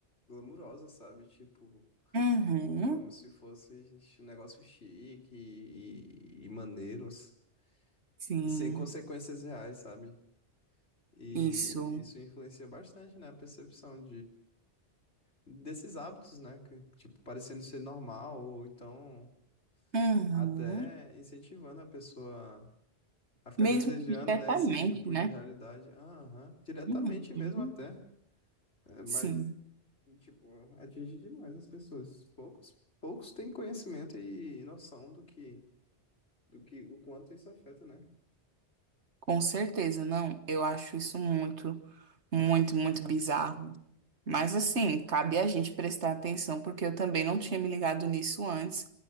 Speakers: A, on the left; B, on the right.
A: glamurosa, sabe? Tipo,
B: Uhum,
A: como se fosse um negócio chique e, e, e maneiros.
B: sim,
A: E sem consequências reais, sabe? E
B: isso.
A: isso influencia bastante, né? A percepção desses hábitos, né? Que, tipo, parecendo ser normal, ou então
B: Uhum.
A: até incentivando a pessoa a ficar
B: Mesmo
A: desejando,
B: que diretamente,
A: né, esse tipo
B: né?
A: de realidade. Aham, diretamente
B: Uhum,
A: mesmo até. É, mas,
B: sim.
A: tipo, atinge demais as pessoas. Poucos, poucos têm conhecimento e noção do que, do que, o quanto isso afeta, né?
B: Com certeza, não. Eu acho isso muito, muito, muito bizarro. Mas assim, cabe a gente prestar atenção, porque eu também não tinha me ligado nisso antes.